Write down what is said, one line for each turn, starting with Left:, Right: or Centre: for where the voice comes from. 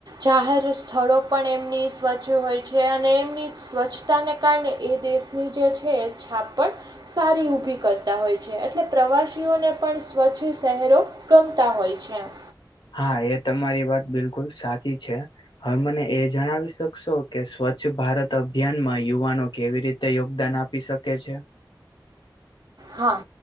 Right: જાહેર સ્થળો પણ એમની સ્વચ્છ હોય છે અને એમની સ્વચ્છતાને કારણે એ દેશની જે છે. છા પણ સારી ઊભી કરતા હોય છે એટલે પ્રવાસીઓને પણ સ્વચ્છ શહેરો ગમતા હોય છે એમ.
Left: હા એ તમારી વાત બિલકુલ સાચી છે. હવે મને એ જણાવી શકશો કે સ્વચ્છ ભારત અભિયાનમાં યુવાનો કેવી રીતે તે યોગદાન આપી શકે છે.
Right: હા.